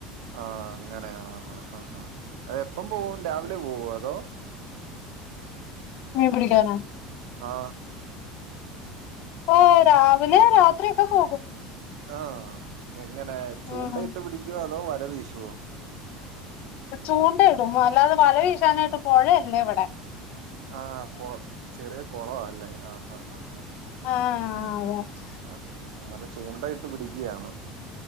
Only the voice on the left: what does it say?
മീം പിടിക്കാനോ
ഓ രാവിലെ രാത്രി യൊക്കെ പോകും.
ഉം
ചൂണ്ട യിടും അല്ലാതെ വല വീശാനായിട്ട് പൊഴയില്ലവടെ
ആഹ്
അതെ